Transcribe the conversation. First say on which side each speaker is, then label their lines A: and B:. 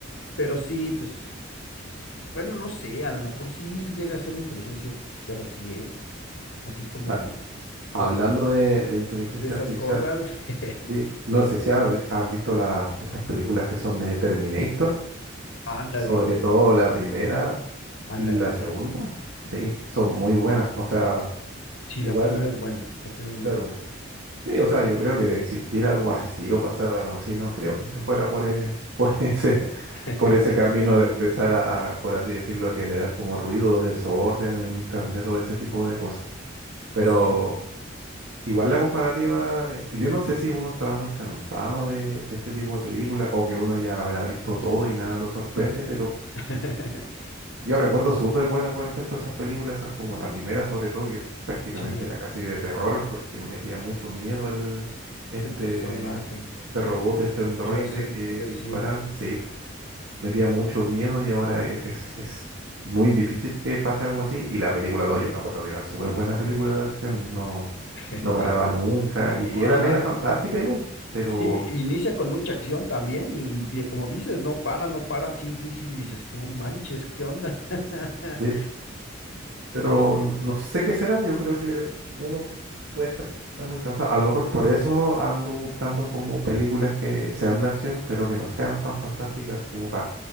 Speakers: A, on the left (about 85°); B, on the right (about 80°).
A: Pero sí, pues, bueno, no sé, a lo mejor sí llega a ser la inteligencia artificial así, ¿eh? Así como,
B: Ah, Hablando
A: como
B: de, de inteligencia
A: de esas
B: artificial,
A: cosas. <laughs>
B: sí, no sé si ha- has visto la- estas películas que son de Terminator,
A: Ándale,
B: sobre todo la primera,
A: ándale,
B: la segunda,
A: ándale.
B: sí, son muy buenas. O sea,
A: Sí,
B: igual,
A: la primera es buena, la primera es
B: claro.
A: muy buena.
B: Sí, o sea, yo creo que de existir algo así o pasar algo así, no creo que se fuera por, e- <laughs> por ese,
A: <laughs>
B: por ese camino de empezar a, a, por así decirlo, a generar como ruido, desorden en el internet o ese tipo de cosas. Pero
A: Sí,
B: igual la comparativa, eh, yo no sé si uno estará muy cansado de, de este tipo de películas o que uno ya habrá visto todo y nada lo sorprende,
A: <laughs>
B: yo recuerdo súper buenas, por ejemplo, esas películas, esas como la primera sobre todo, que prácticamente
A: sí,
B: era casi de terror, porque me metía mucho miedo el, este,
A: el personaje,
B: este
A: Sch-
B: robot, este androide
A: Schwarzenegger,
B: que era
A: sí.
B: imparable. Sí, metía mucho miedo y ahora e- es, es muy difícil que pase algo así. Y la película 2 yo me acuerdo que era súper buena película de acción, no,
A: <laughs>
B: no paraba nunca. Y,
A: No,
B: y
A: ajá,
B: era media fantástica igual, pero...
A: sí, inicia con mucha acción también y, y eh, como dices, no para, no para, sigue y sigue, y dices, no manches, ¿qué onda? <laughs>
B: sí, pero
A: Es-
B: n- no sé qué será. Yo creo que uno puede estar muy cansado. A lo mejor por eso ando buscando como películas que sean de acción, pero que no sean tan fantásticas como para